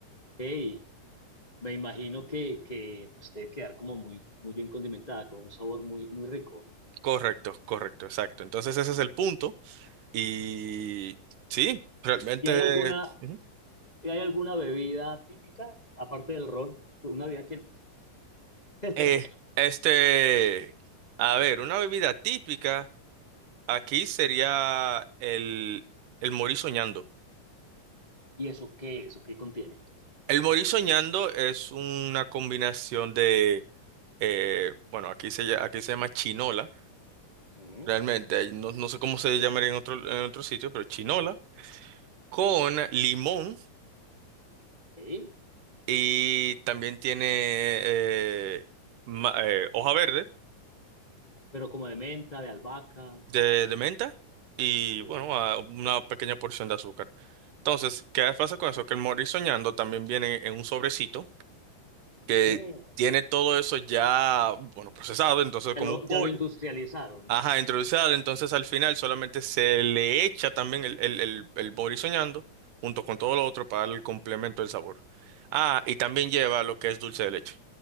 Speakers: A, on the left; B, on the right.
A: Ok. Me imagino que, que pues, debe quedar como muy, muy bien condimentada, con un sabor muy, muy rico.
B: Correcto, correcto, exacto. Entonces ese es el punto. Y sí, realmente...
A: ¿Y hay alguna,
B: ujú.
A: y hay alguna bebida típica, aparte del ron? Una bebida que... no. <laughs>
B: Eh, este, a ver, una bebida típica. Aquí sería el, el morir soñando.
A: ¿Y eso qué? ¿Eso qué contiene?
B: El morir soñando es una combinación de, eh, bueno, aquí se, lla- aquí se llama chinola,
A: Ujú.
B: realmente, no, no sé cómo se llamaría en otro, en otro sitio, pero chinola, con limón
A: Ok.
B: y también tiene eh, ma- eh, hoja verde
A: Pero como de menta, de albahaca.
B: de, de menta y,
A: Ok.
B: bueno, a- una pequeña porción de azúcar. Entonces, ¿qué pasa con eso? Que el morir soñando también viene en un sobrecito que
A: Mm.
B: tiene todo eso ya, bueno, procesado, entonces como
A: Ya lo,
B: un pollo.
A: ya lo industrializaron.
B: Ajá, introducido, entonces al final solamente se le echa también el, el, el, el bori soñando junto con todo lo otro para darle el complemento del sabor. Ah, y también lleva lo que es dulce de leche.